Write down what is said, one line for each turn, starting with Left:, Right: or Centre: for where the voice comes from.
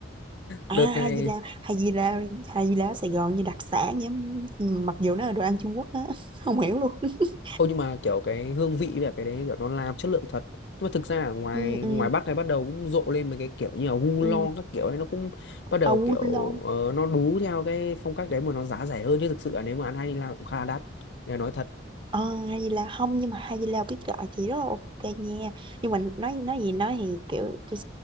Right: à
Left: đợt này
Right: hay gì là hay gì là hay gì là ở Sài Gòn như đặc sản vậy Ừ, mặc dù nó là đồ ăn Trung Quốc á <laughs> không hiểu luôn <laughs>
Left: Không nhưng mà kiểu cái hương vị với cái đấy kiểu nó làm chất lượng thật. Nhưng mà thực ra ở ngoài
Right: ừ ừ
Left: ngoài Bắc này bắt đầu cũng rộ lên mấy cái kiểu như là gu
Right: ừ
Left: lo các kiểu ấy nó cũng bắt đầu
Right: à Quân
Left: kiểu
Right: Lon
Left: ờ, nó đú theo cái phong cách đấy mà nó giá rẻ hơn chứ thực sự là nếu mà ăn hay là cũng khá là đắt để nói thật.
Right: à, hay gì là không nhưng mà hay gì là biết gọi thì rất là ok nha nhưng mà nói nói gì nói thì kiểu cái-